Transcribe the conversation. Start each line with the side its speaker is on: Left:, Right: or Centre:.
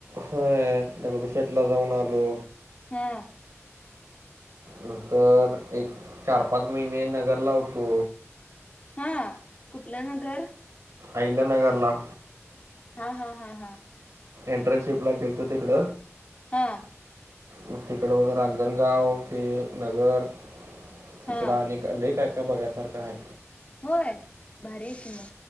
Right: होय दगडूशेटला जाऊन आलो.
Left: हा.
Right: नंतर एक चार पाच महिने नगर हूतो.
Left: हा कुठलं नगर?
Right: अहिल्यानगरला.
Left: हा हा हा हा.
Right: एट्रनसशिपला गेलते तीकड.
Left: हा.
Right: मग तिकड वगैरे रांजणगाव ते नगर तिकड
Left: हा
Right: अनेक क लय काय काय बघायसारखं हाय.
Left: होय भारी हाय कि म